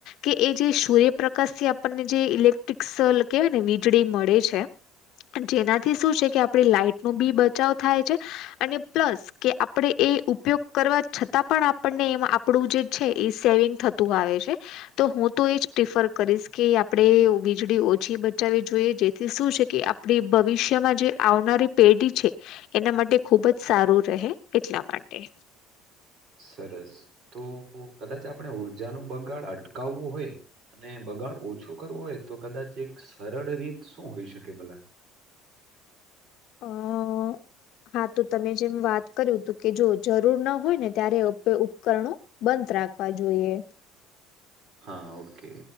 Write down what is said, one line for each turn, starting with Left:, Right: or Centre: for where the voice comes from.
Left: કે એ જે સૂર્યપ્રકાશ થી આપણને જે ઇલેક્ટ્રિક કેહેવાય ને વીજળી મળે છે. જેનાથી શું છે કે આપડી લાાઈટ ન બી બચાવ થાય છે અને પ્લસ. કે આપણેે એ ઉપયોગ કરવા છતાં પણ આપણને એમાં આપણું જે છે એ સેવિંગ થતું આવે છે. તો હું તો એ જ પ્રિફર કરીશ કે આપણે વીજળી ઓછી બચાવવી જોઈએ જેથી શું છે ક આપડી ભવિષ્યમાં જે આવનારી પેઢી છે એના માટે ખૂબ જ. સારું રહે એટલા માટે.
Right: સરસ તો કદાચ આપણે ઉર્જાનું બગાડ અટકાવવું હોય. અને બગાડ ઓછું કરવું હોય તો કદાચ એક સરળ રીત શું હોઈ શકે ભલા.
Left: આ. હા તો તમે જેમ વાત કર્યું તો કે જો જરૂર ના હોય ને ત્યારે ઉપકરણો. બંધ રાખવા જોઈએ.
Right: હા ઓકે